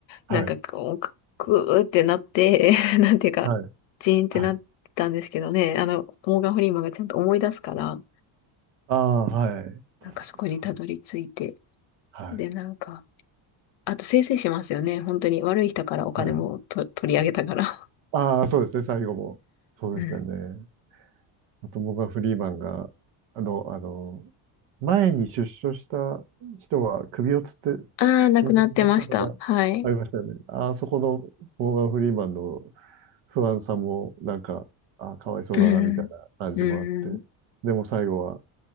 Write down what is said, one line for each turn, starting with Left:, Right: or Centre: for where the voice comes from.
Right: はい。
Left: なんかこう、くくーってなって、<laughs> なんていうか、
Right: はい。
Left: ジーンってなったんですけどね、
Right: はい。
Left: あの、モーガン・フリーマンがちゃんと思い出すから、
Right: ああ、はい。
Left: なんかそこにたどり着いて、
Right: そうはい。
Left: で、なんか、あと生成しますよね、本当に悪い人からお金もと取り上げたから。
Right: はい。ああ、そうですね。最後も。そうですよね。
Left: うん。
Right: あと、モーガン・フリーマンが、あの、あの、前に出所した人は首をつって
Left: <laughs> ああ、
Right: 死んでしまったとかありましたよね。
Left: なくなってました。はい。
Right: あそこのモーガン・フリーマンの不安さも、なんか、あ、かわいそうだな、
Left: うん。
Right: みたいな感じもあって。
Left: うん。
Right: でも最後は、